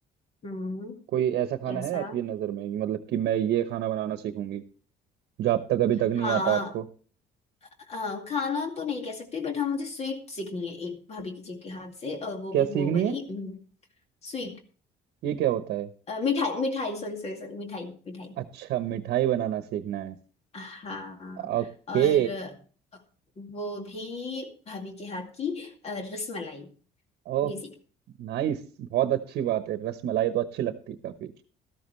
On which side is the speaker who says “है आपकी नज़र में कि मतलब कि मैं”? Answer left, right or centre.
Right